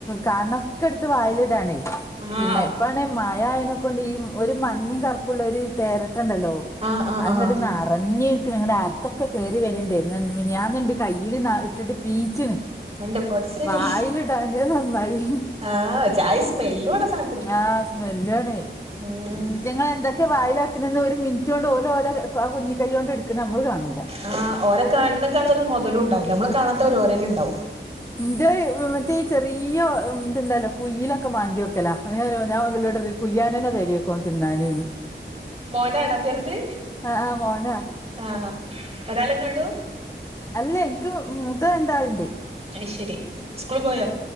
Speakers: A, on the left; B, on the right.
A: കണ്ണൊക്കെ എടുത്ത് വായിലിടാണ്
B: ആഹ്
A: പിന്നെ ഇപ്പണെ മഴ ആയതിനെക്ക കൊണ്ട് ഈ ഒരു മഞ്ഞും കറുപ്പുള്ള ഒരു തര ണ്ടല്ലോ
B: ആഹ് ആഹ്
A: അത്
B: ആഹ്
A: ഇങ്ങട് നിറഞ്ഞു നിക്കന് അ <unintelligible> ക്കെ കയറി വരണ്ടണ്ട് ഞാന്നുണ്ട് കയ്യിയില് ഇട്ടിട്ട് പീച്ചിന്
B: എന്റെ പടച്ചോനെ
A: വായിലിടാഞ്ഞത് നന്നായി
B: ആഹ് ജാതി സ്മെല്ലു ആണ് ആ സാധനത്തിന്
A: ആഹ് സ്മെല്ലാണ്
B: ഉം
A: ഇത്യങ്ങള് എന്തൊക്കെ വായിലക്ക ക്കന്ന് ഒരു മിനിറ്റ് കൊണ്ട് ഓല ഓല ആ കുഞ്ഞ കൈ കൊണ്ട് എടുക്കുന്ന നമ്മൾ കാണൂ
B: ആ് ഓരെ കാണ കാണത്ത മുതലും ഉണ്ടാവും നമ്മള് കാണാത്തവര് ഓരലും ഉണ്ടാവും
A: ഇന്റെ മറ്റേ ഈ ചെറിയ ഇതുണ്ടല്ലോ കുയിലൊക്കെ മാന്തി വെക്കല്ല. ഞാൻ ഇവരോട് പറയും. കുയ്യിയനെന തയ <inaudible> തിനാന്ന് എന്ന്
B: മോനാണോ ചെറുത്
A: ആഹ് മോന
B: ആഹ് ഒരാളന്നെ ഉള്ളൂ
A: അല്ല എനിക്ക് മൂത്ത രണ്ടാളിണ്ട്
B: അപ്പ ശരി. സ്കൂള് പോയോ